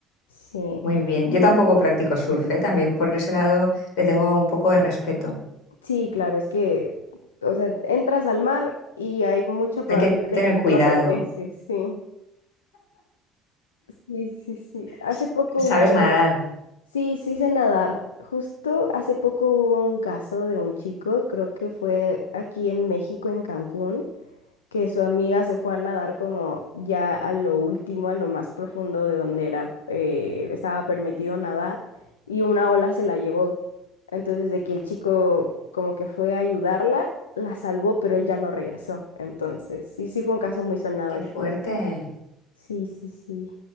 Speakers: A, on the left; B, on the left.
A: Sí,
B: Muy bien. Yo tampoco practico surf, ¿eh? También por ese lado le tengo un poco de respeto.
A: sí, claro, es que, o sea, entras al mar y hay mucha probabilidad
B: Hay que tener
A: de que ya
B: cuidado.
A: no regreses, sí. Sí, sí, sí. Hace
B: S-
A: poco
B: ¿Sabes
A: hubo,
B: nadar?
A: sí, sí sé nadar. Justo hace poco hubo un caso de un chico, creo que fue aquí en México, en Cancún. que su amiga se fue a nadar como ya a lo último, a lo más profundo de donde era, eh, estaba permitido nadar, y una ola se la llevó. Entonces, de que el chico como que fue a ayudarla, la salvó, pero él ya no regresó. Entonces, sí, sí fue un caso muy sonado
B: Qué
A: aquí.
B: fuerte.
A: en México. Sí, sí, sí.